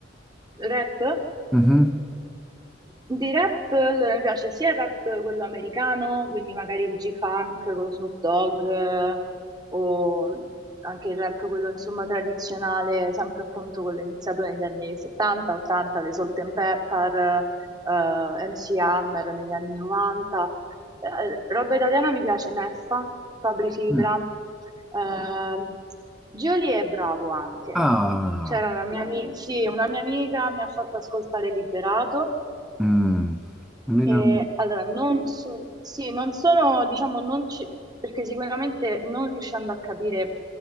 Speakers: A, on the right; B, in the centre.
A: rap?
B: Mhm.
A: Di rap, allora mi piace sia il rap quello americano, quindi magari il G-Funk con Snoop Dogg, eh, o anche il rap quello insomma tradizionale, sempre appunto quello iniziato negli anni 70, 80, le Salt and Pepper, eh, MC Hammer negli anni 90. Eh, roba italiana mi piace Neffa, Fabri Fibra,
B: Mm.
A: Mm. ehm, Gioli è bravo anche.
B: Ah,
A: C'era una mia, ami- sì, una mia amica mi ha fatto ascoltare Liberato
B: mm. Almeno-
A: e, allora, non sono, sì, non sono, diciamo, non ci- perché sicuramente non riuscendo a capire